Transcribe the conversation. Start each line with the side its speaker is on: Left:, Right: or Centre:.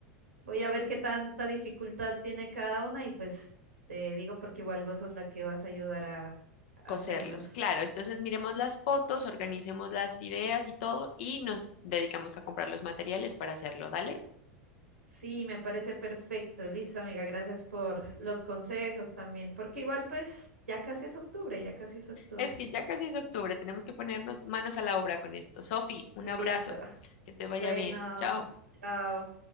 Right: Voy a ver qué tanta dificultad tiene cada una y pues te digo porque igual vos sos la que vas a ayudar a, a
Left: coserlos.
Right: hacerlos.
Left: Claro, entonces miremos las fotos, organicemos las ideas y todo, y nos dedicamos a comprar los materiales para hacerlo, ¿dale?
Right: Sí, me parece perfecto. Listo, amiga, gracias por los consejos también, porque igual pues ya casi es octubre, ya casi es octubre.
Left: Es que ya casi es octubre, tenemos que ponernos manos a la obra con esto. Sofi, un abrazo,
Right: Listo.
Left: que te vaya
Right: Bueno,
Left: bien. Chao.
Right: chao.